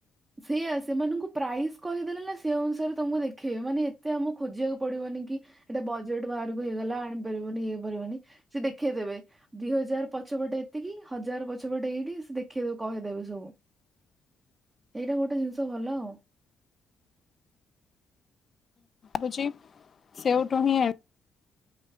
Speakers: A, on the right; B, on the left.
A: ସେଇଆ ସେମାନଙ୍କୁ ପ୍ରାଇସ୍ କହିଦେଲେ ନା ସେ ଅନୁସାରେ ତମକୁ ଦେଖେଇବେ। ମାନେ ଏତେ ଆମକୁ ଖୋଜିବାକୁ ପଡିବନି କି ଏଟା ବଜେଟ୍ ବାହାରକୁ ହେଇଗଲା ଆଣିପାରିବନି ଇଏପାରିବନି ସେ ଦେଖେଇଦେବେ। ଦି ହଜାର ପଛପଟେ ଏତିକି, ହଜାର ପଛପଟେ ଏଇଠି ସେ ଦେଖେଇଦେବେ କହିଦେବେ ସବୁ। ଏଇଟା ଗୋଟେ ଜିନିଷ ଭଲ ଆଉ।
B: ହଉଚି ସେଉଟୁ ହିଁ ଆ